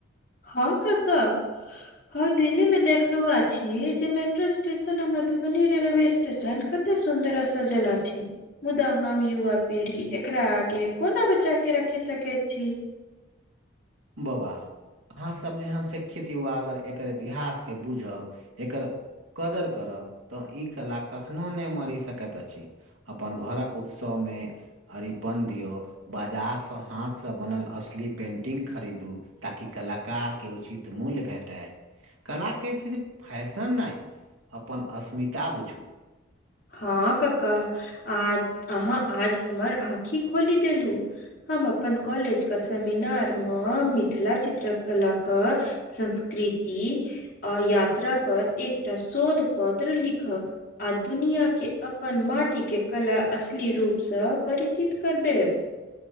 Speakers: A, on the left; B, on the right.
A: हँ कका हँ दिल्ली मे देखलु अछि जे मेट्रो स्टेशन मधुबनी रेलवे स् स्टेशन कते सुन्दर आ सजल अछी मुदा हम युवा पीढ़ी एकरा आगे कोना बचा के रखि सकैत छी
B: बौवा अहाँसब जेहन शिक्षित युवा अगर एकर इतिहासके बुझब एकर कदर करब तऽ ई कला कखनो नय मरि सकैत अछि अपन घरक उत्सवमे अरिपन दियौ बाजारसँ हाथसँ बनल असली पेन्टिंग खरीदू ताकि कलाकार के उचित मूल्य भेटैय कलाके सिर्फ फैशन नै अपन असमिता बुझू
A: हँ काका आज अहाँ आज हमर आँखि खोलि देलु हम अपन कॉलेज क सेमिनार मे मिथिला चित्रकलाक संस्कृति आ यात्रा पर एकटा शोध पत्र लिखब आ दुनिया के अपन माटिके कला असली रूपसँ परिचित करबे